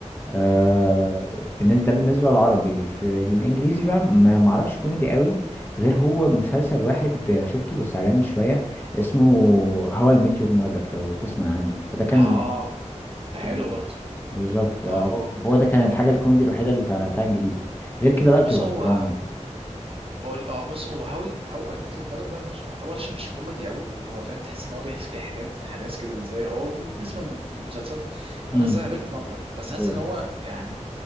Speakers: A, on the left (about 15°); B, on the right (about 50°).
A: آه بالن- ده بالنسبة للعربي في الإنجليزي بقى ما معرفش كوميدي قوي غير هو مسلسل واحد آه، شفته بس عجبني شوية اسمه How I Met Your Mother لو تسمع عنه فده كان
B: اه ده حلو
A: بز-
B: برضه
A: بالظبط آه،
B: اه
A: هو هو ده كان الحاجة الكوميدي الوحيدة اللي بتاعتها انجليزي غير كده بقى
B: بص
A: بتبقى
B: هو
A: الدراما
B: واقول اه بص هو هاوي هو اي ميت يور ماذر ده مش معتبرش مش كوميدي قوي هو فاهم تحس ان هو بيحكي حكايات احداث كده ازاي هو من اسم المسلسل
A: امم
B: انا ازاي قابلت مامتك بس حاسس
A: ايوه
B: ان هو يعني